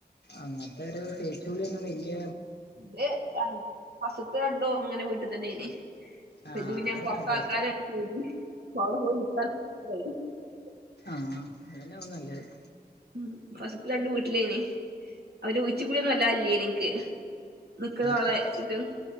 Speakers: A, on the left; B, on the right.
A: അങ്ങൻത്തൊരു തേച്ച് കുളിയൊന്നും വല്യ
B: ഇൻ്റെത് രൺ ഫസ്‌റ്റ്ത്തത് രണ്ടും അങ്ങനെ വീട്ട് തന്നേ നി. അപ്പ
A: ആ
B: ഇത് പിന്നെ
A: അതാ
B: പുറത്താക്കാലോ.
A: നല്ലത്
B: <unintelligible> അപ്പ അവടെ നിക്കാൻ <unintelligible>
A: ആഹ് അതന്നാവും നല്ലത്.
B: ഉം ഫസ്‌റ്റ്ത്ത രണ്ടും വീട്ടിലേനി. ആ ഒരു ഉഴിച്ചു കുളിയൊന്നും വല്ലാ ഇല്ലേനി ഇൻക്ക്. നിക്ക്ണ ആളെ
A: ശരി
B: വചിട്ട്.